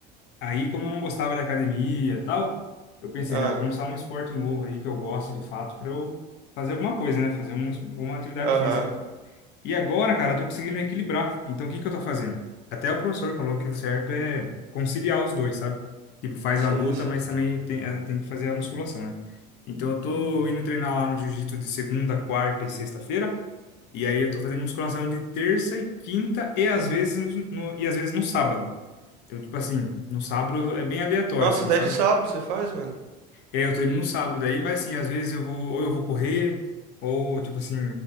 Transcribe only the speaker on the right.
Ah,
aham.
Sim,
sim.
Nossa,
até
de sábado você faz, mano?